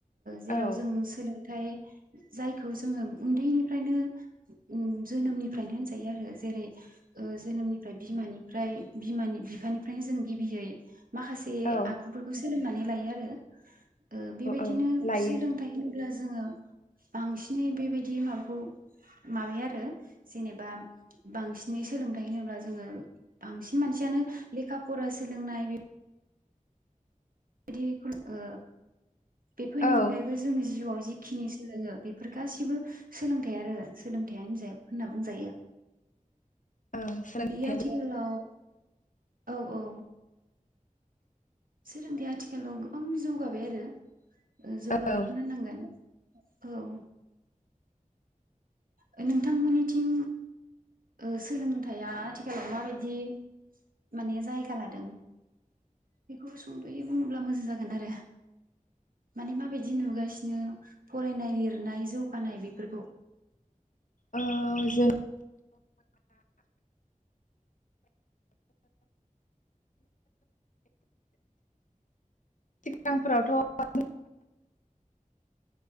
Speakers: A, on the right; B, on the left.
A: जेराव
B: औ
A: जों सोलों ओमफ्राय जायखौ जोङो उन्दैनिफ्रायनो ओम जोनोमनिफ्रायनो होनजायो आरो जेरै जोनोमनिफ्राय बिमानिफ्राय बिमानि बिफानिफ्रायनो जों गिबियै माखासे
B: औ
A: आखुफोरखौ सोलोंनानै लायो आरो ओ बेबायदिनो
B: औ लायो
A: सोलोंथाइ होन अब्ला जोङो बांसिनै बेबायदि माबाखौ माबाया आरो जेनेबा बांसिनै सोलोंथाइ होनोब्ला जोङो बांसिन मानसियानो लेखा फरा सोलोंनाय बे बिदि खौल' ओ बेफोरनि
B: औ
A: अनगायैबो जोंनि जिउआव जिखिनि सोलोङो बेफोर गासिबो सोलोंथाइ आरो सोलोंथाइ होनजा होनना बुंजायो
B: औ सोलोंथाइ
A: बेयो आथिखालाव औ औ सोलोंथाया आथिखालाव गोबां जौगाबाय आरो ओ जौगाबायखोनो
B: औ
A: होनांगोन औ ओ नोंथांमोननिथिं ओ सोलोंथाया आथिखालाव माबायदि माने जायगा लादों बेखौ सुंद'यै बुङोब्ला मोजां जागोन आरो माने माबायदि नुगासिनो फरायनाय लिरनाय जौगानाय बे फोरखौ
B: ओ जों <inaudible> सिगां फोरावथ'